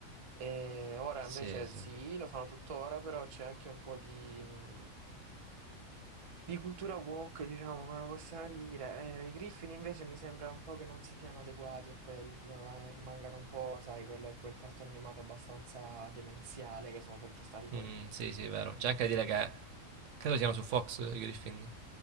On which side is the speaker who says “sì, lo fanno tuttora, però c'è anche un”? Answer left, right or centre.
Right